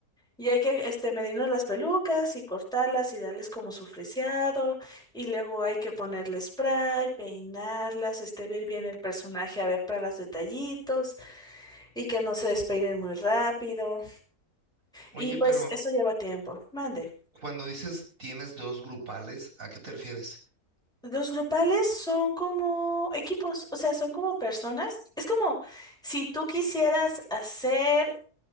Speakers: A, in the centre; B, on the right.
A: y hay que este, medirnos las pelucas y cortarlas y darles como su friseado. Y luego hay que ponerle spray, peinarlas, este, ver bien el personaje, a ver para los detallitos y que no se despeinen muy rápido.
B: Oye,
A: Y pues
B: pero
A: eso lleva tiempo. Mande.
B: cuando dices tienes dos grupales, ¿a qué te refieres?
A: Los grupales son como equipos, o sea, son como personas. Es como si tú quisieras hacer